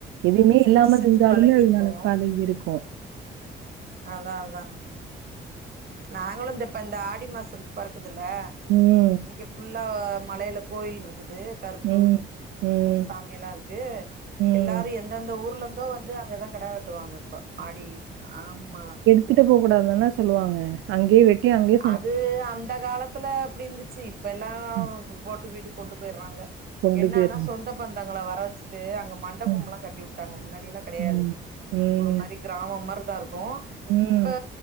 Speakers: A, on the right (about 85°); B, on the right (about 50°).
A: எதுமே
B: செஞ்சு
A: இல்லாம
B: செஞ்சு
A: செஞ்சாலுமே
B: பழகிருக்கோ
A: அது நல பாக இருக்கு
B: அதா அதா நாங்களு இந்த இப்ப இந்த ஆடி மாசோ பொறக்குதுல்ல
A: ம்
B: இங்க ஃபுல்லா மலைல கோயில்ருக்குது கருப்பு
A: ம். ம்.
B: இந் மார் சாமி ல்லா இருக்கு
A: ம்.
B: எல்லாரு எந்தெந்த ஊர்லர்ந்தோ வந்து அங்க தா கடா வெ ட்டுவாங்க இப்ப ஆடி ஆம்மா
A: த்துட்டு போ கூடாதுன் தான சொல்லுவாங்க அங்கயே வெட்டி அங்கயே
B: அது அந்த காலத்துல அப்டி இர்ந்துச்சு இப்ப எல்லா
A: ம்.
B: து போட்டு வீட்டுக் கொண்டு போய்றாங்க
A: கொண்டு
B: என்னானா
A: போயிரணும்.
B: சொந்தம் பந்தங்கலா வர வச்சுட்டு அங்க மண்டப
A: ம்.
B: எல்லா கட்டி விட்டாங்க முன்னாடிலா கெடையாது
A: ம். ம்.
B: ஒரு மாதிரி கிராமம் மாரிதா இருக்கு
A: ம்.
B: இப்ப...